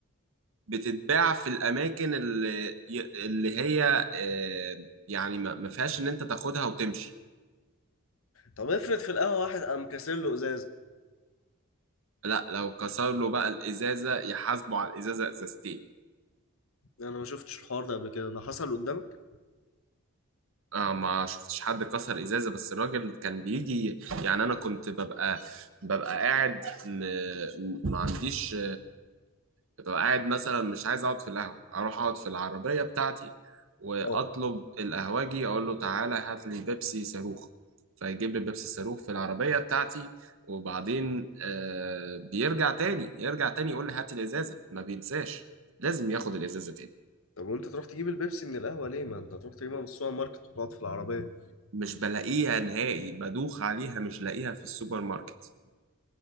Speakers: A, on the right; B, on the left.
A: بتتباع في الاماكن اللي اللي هي آه، يعني ما ما فيهاش ان انت تاخدها وتمشي
B: طب افرض في القهوه واحد قام كاسر له ازاز
A: لا لو كسر له بقى الازازه يحاسبه على الازازه ازازتين
B: انا ما شفتش الحوار ده قبل كده ده حصل قدامك
A: آه ما شفتش حد كسر ازازه بس الراجل كان بيجي يعني انا كنت ببقى ببقى قاعد م- ما عنديش ببقى قاعد مثلا مش عايز اقعد في القهوة اروح اقعد في العربية بتاعتي واطلب
B: اه
A: القهوجي اقول له تعالى هات لي بيبسي صاروخ فيجيب لي بيبسي صاروخ في العربية بتاعتي وبعدين آه بيرجع تاني يرجع تاني يقول لي هات الازازة ما بينساش لازم ياخد الازازة تاني
B: طب وانت تروح تجيب البيبسي من القهوه ليه ما انت تروح تجيبها من السوبر ماركت وتقعد في العربيه
A: مش بلاقيها نهائي بدوخ عليها مش لاقيها في السوبر ماركت